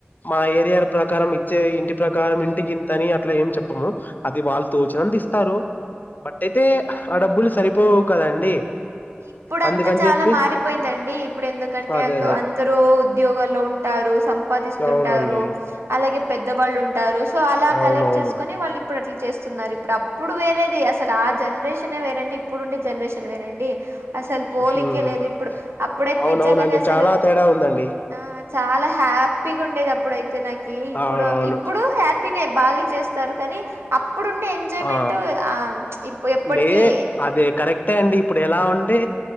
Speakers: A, on the left (about 45°); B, on the right (about 85°).
A: మా ఏరియాల ప్రకారం ఇచ్చే ఇంటి ప్రకారం ఇంటికి ఇంతని అట్లా ఏం చెప్పము, అది వాళ్ళు తోచినంత ఇస్తారు. బట్ అయితే ఆ డబ్బులు సరిపోవు కదండి?
B: ఇప్పుడంటె
A: అందుకని
B: చాల
A: చెప్పి
B: మారిపోయిందండి, ఇప్పుడెన్దుకంటే
A: అదే
B: అక్
A: అదే
B: అందరూ ఉద్యోగాల్లో ఉంటారు. సం పాదిస్తుంటారు,
A: అవునండి
B: అలాగే పెద్దవాళ్ళు ఉంటారు. సో అలా
A: అవునవును
B: కలెక్ట్ చేసుకొని, వాళ్ళిప్పుడు అట్ల చేస్ స్తున్నారు ఇప్పుడు, అప్పుడు వేరేది అస్ అసలా జనరేషనే వేరండి, ఇప్పుడు ఉండే జనరేషన్ వేరండి. అసలు పోలికే
A: ఉమ్.
B: లేదు ఇప్పుడు, అప్పుడైతే
A: అవునవునండి
B: నిజ్జంగండి అసలు
A: చాలా తేడా ఉందండి
B: ఆ హ్యాపీగా ఉండేది అప్పుడు అయితే నాకు ఈ ఇప్పుడు
A: అవునవును
B: ఇప్పుడు హ్యాపీనే బాగా చేస్తారు కానీ అప్పుడుండే ఎంజాయ్మెంట్
A: ఆ
B: ఆ ఇప్పు ఎప్పడికి
A: లే అదే కరెక్టే అండి ఇప్పుడు ఎలా ఉంటే